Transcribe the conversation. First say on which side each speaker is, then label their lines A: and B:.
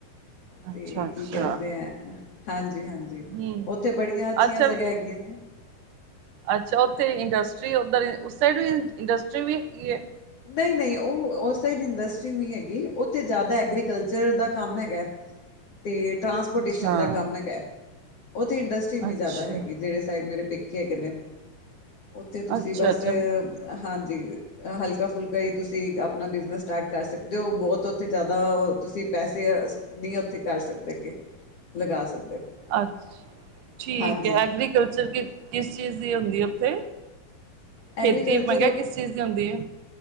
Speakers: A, on the right (about 70°); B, on the left (about 50°).
A: ਅੱਛਾ
B: ਤੇ
A: ਅੱਛਾ
B: ਕੀ ਕਹਿੰਦੇ ਆ ਹਾਂਜੀ ਜ ਹਾਂਜੀ
A: ਹਮ
B: ਉੱਥੇ ਬੜੀਆਂ ਅੱਛੀਆਂ
A: ਅੱਛਾ
B: ਜਗ੍ਹਾ ਹੈਗੀਆਂ ਨੇ
A: ਅੱਛਾ ਉੱਥੇ ਇੰਡਸਟਰੀ ਉਧਰ ਉਸ ਸਾਈਡ ਵੀ ਇੰਡਸਟਰੀ ਵੀ ਹੈਗੀ ਆ
B: ਨਹੀਂ ਨਹੀਂ ਉਹ ਉਸ ਸਾਈਡ ਇੰਡਸਟਰੀ ਨਹੀਂ ਹੈਗੀ ਉੱਥੇ ਜ਼ਿਆਦਾ ਐਗਰੀਕਲਚ ਰ ਦਾ ਕੰਮ ਹੈਗਾ ਤੇ ਟਰਾਂਸਪੋਰਟੇਸ਼ਨ
A: ਅੱਛਾ
B: ਦਾ ਕੰਮ ਹੈਗਾ ਉੱਥੇ ਇੰਡਸਟਰੀ ਇੰਨੀ
A: ਅੱਛਾ
B: ਜ਼ਿਆਦਾ ਹੈਗੀ ਜਿਹੜੇ ਸਾਈਡ ਮੇਰੇ ਖੀ ਉੱਥੇ ਤੁਸੀਂ
A: ਅੱਛਾ
B: ਬਸ
A: ਅੱਛਾ
B: ਹਾਂਜੀ ਹਲਕਾ ਫੁਲਕਾ ਹੀ ਤੁਸੀਂ ਆਪਣਾ ਬਿਜ਼ਨਸ ਸਟਾਰਟ ਕਰ ਸਕਦੇ ਹੋ ਬਹੁਤ ਉੱਥੇ ਜ਼ਿਆਦਾ ਤੁਸੀਂ ਪੈਸੇ ਨਹੀਂ ਉੱਥੇ ਕਰ ਸਕਦੇ ਕਿ ਲਗਾ ਸਕਦੇ
A: ਅੱਛ ਠੀਕ
B: ਹਾਂਜੀ
A: ਹੈ ਐਗਰੀਕਲਚਰ ਕਿਸ ਚੀਜ਼ ਦੀ ਹੁੰਦੀ ਹੈ ਉੱਥੇ
B: ਐਗਰੀਕਲਚਰ
A: ਖੇਤੀ ਮੈਂ ਕਿਹਾ ਕਿਸ ਚੀਜ਼ ਦੀ ਹੁੰਦੀ ਹੈ